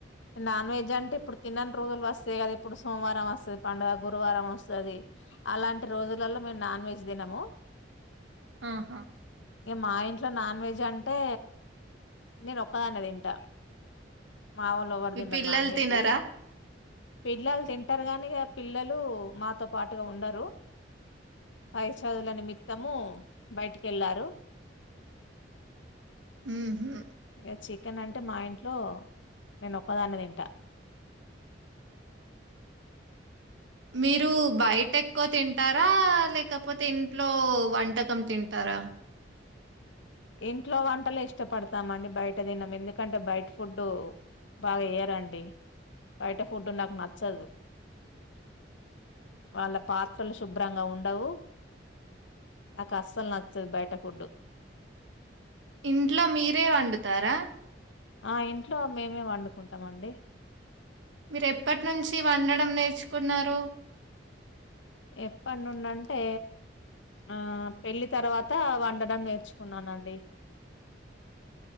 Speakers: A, on the left (about 85°); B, on the right (about 80°).
A: నాన్ వెెజ్ అంటే ఇప్పుడు తినాని రోజులు వస్తాయి గదా ఇప్పుడు సోమవారం వస్తది పండుగ గురువారం వస్తది అలాంటి రోజులలో మేము నాన్ వెెజ్ తినము
B: ఆహా
A: ఇగ మా ఇంట్లో నాన్ వెజ్ అంటే నేను ఒక్కదాన్నే తింటా మా వొళ్ళు ఎవరు
B: మీ
A: తినరు
B: పిల్లలు
A: నాన్ వెజ్
B: తినరా?
A: పిల్లలు తింటారు గాని ఇగ పిల్లలు మాతో పాటుగా ఉండరు పైచదులని మీ తము బయటికి వెళ్ళారు
B: ఉహు
A: ఇగ చికెన్ అంటే మా ఇంట్లో నేను ఒక్కదాన్నే తింటా
B: మీరు బయట ఎక్కువ తింటారా లేకపోతే ఇంట్లో వంటకం తింటారా
A: ఇంట్లో వంటలే ఇష్టపడతామండి బయట తినము ఎందుకంటే బయట ఫుడ్డు బాగా వేయరండి బయట ఫుడ్ నాకు నచ్చదు వాళ్ళ పాత్రలు శుభ్రంగా ఉండవు నాకు అస్సలు నచ్చదు బయట ఫుడ్డు
B: ఇంట్లో మీరే వండుతారా
A: ఆ ఇంట్లో మేమే వండుకుంటాం అండి
B: మీరు ఎప్పటి నుంచి వండడం నేర్చుకున్నారు
A: ఎప్పటి నుండి అంటే ఆ పెళ్ళి తర్వాత వండడం నేర్చుకున్నానండి